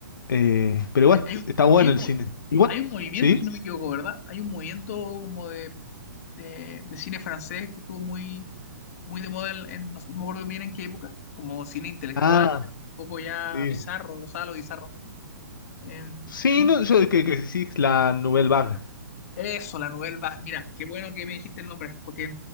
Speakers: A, on the left (about 75°); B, on the left (about 45°).
A: Eh, pero igual
B: Hay, hay,
A: est-
B: un-
A: está bueno
B: hay un,
A: el
B: mo-
A: cine. Igual,
B: hay un movimiento,
A: ¿sí?
B: si no me equivoco, ¿verdad? Hay un movimiento como de, de, de cine francés que estuvo muy, muy de moda, en, no, no me acuerdo bien en qué época, como cine intelectual,
A: Ah,
B: pero un poco ya
A: sí.
B: bizarro, no sabes lo bizarro. Eh,
A: Sí,
B: no-
A: no, yo que, que sí, la Nouvelle Vague.
B: eso, la Nouvelle Vague. Mira, qué bueno que me dijiste el nombre, porque